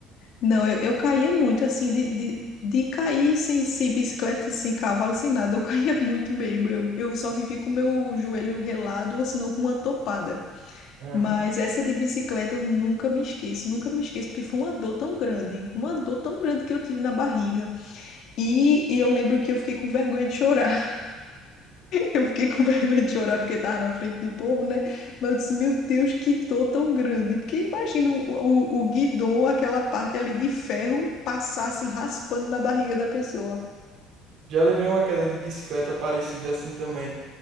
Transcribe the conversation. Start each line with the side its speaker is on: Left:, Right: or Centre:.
Left: Não, eu, eu caía muito, assim, de, de, de cair sem, sem bicicleta, sem cavalo, sem nada. Eu caía <laughs> muito mesmo. Eu, eu só vivi com meu joelho relado ou senão com uma topada.
Right: Aham.
Left: Mas essa de bicicleta eu nunca me esqueço, nunca me esqueço, porque foi uma dor tão grande, uma dor tão grande que eu tive na barriga. E, e eu lembro que eu fiquei com vergonha de chorar. Eu fiquei com <laughs> vergonha de chorar porque estava na frente do povo, né? Mas eu disse, meu Deus, que dor tão grande. Porque imagina o, o, o guidão, aquela parte ali de ferro, passar assim, raspando na barriga da pessoa.
Right: Já levei uma queda de bicicleta parecida assim também.